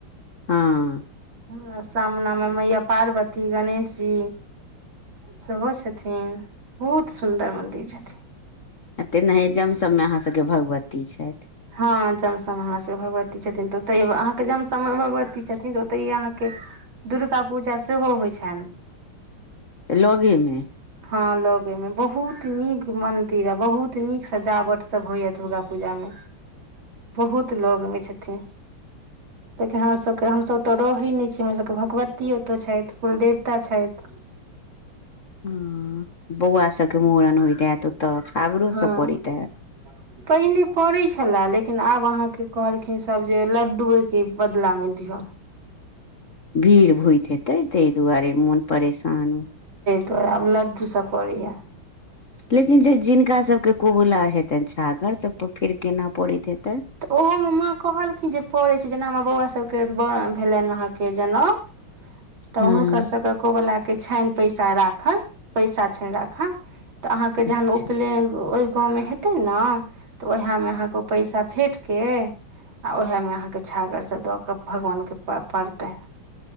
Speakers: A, on the left (about 40°); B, on the right (about 65°).
A: हाँ। ह
B: हमरा सामना मे मैया पार्वती, गणेश जी सेहो छथिन, बहुत सुन्दर मन्दिर छथिन।
A: एतेक ने हेजम सब मे अहाँ सब के भगवती छैथ।
B: हाँ जमसम मे हमर सबके भगवती छथिन तऽ ओतेये अहाँ के जमसम मे भगवती छथिन तऽ ओतेये अहाँ के दुर्गा पूजा सेहो होय छैन।
A: लगे मे।
B: हाँ लगे मे बहुत नीक मंदिर अ बहुत नीक सजावट सब होय या दुर्गा पूजा मे। बहुत लग मे छथि, लेकिन हमर सब के हम सब ते रहै नै छी, हमर सब के भगवती एता छैथ, कुल देवता छैथ।
A: हां बौउआ सबके मुड़न होय के आएत। तऽ छागरो
B: हँ
A: सब पड़ैत अय।
B: पहिने पड़ै छला, लेकिन आब अहाँ के कहलखिन सब जे लड्डुए के बदला मे दिहा।
A: भीड़ होएत हेतै तै दुआरे मुन परेशान हो
B: तऽ आब लड्डू सब पड़े या।
A: लेकिन जे जिनका सबके कोबला हेतैन छागर तब पर फेर केना पड़ैत हे
B: तऽ ओहो मे माँ कहलखिन जे पड़ै छै, जेना हमर बौउआ सब के बा भेलैन अहाँ के जनौऊ। तऽ
A: हँ
B: हुनकर सकै कोबला के छैन पैसा राखा, पैसा छैन राखा। तऽ अहाँ के जहन
A: अच्छा
B: उपलैन ओएब गांव मे हेते ना तऽ उहाए मे अहाँ के पैसा फेट के आ ओहाए मे अहाँ के छागर सब दऽ के भगवान के प पड़तैन।